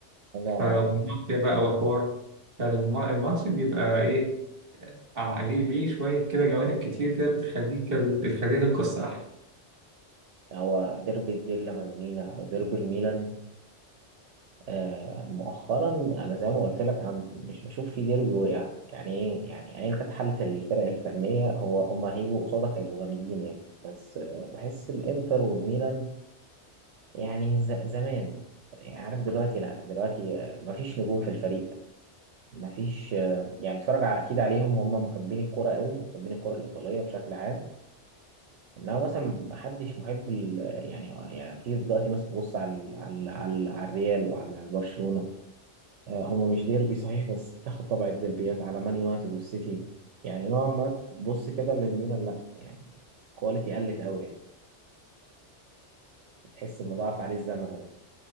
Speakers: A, on the right (about 80°); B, on the right (about 50°).
A: هو
B: فمافيا بقى وحوار فالماتش بيبقى إيه آه ليه ليه شوية كده جوانب كتير كده بتخليك ال- بتخليك القصة أحلى
A: هو ديربي الديلا مادونينا او ديربي الميلان آه، مؤخرا انا زي ما قلت لك انا مش بشوف في ديربي وقع يعني ايه يعني ايا كانت حاله الفرق الفنيه هو هم هيجوا قصادك هيبقوا جامدين يعني بس آه، بحس الانتر والميلان يعني من ز- زمان يعني عارف دلوقتي لا دلوقتي آه، مفيش نجوم في الفريق مفيش آه، يعني بتفرج على- اكيد عليهم هم محبين الكرة قوي ومحبين الكرة الايطاليه بشكل عام انما مثلا محدش محب ال- يعني يعني بتيجي دلوقتي مثلا تبص على ال- على ال- على ال- على الريال وعلى برشلونه آه، هما مش ديربي صحيح بس تاخد طبع الديربيات على مان يونايتد والسيتي يعني نوعا ما تبص كده للميلان لا يعني الكواليتي قلت قوي يعني تحس مضاعف عليه الزمن قوي